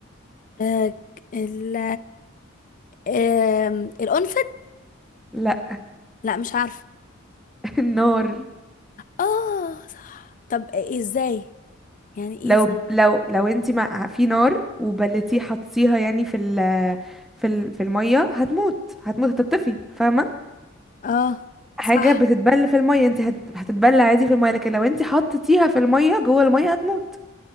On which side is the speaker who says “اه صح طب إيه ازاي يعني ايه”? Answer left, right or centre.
Left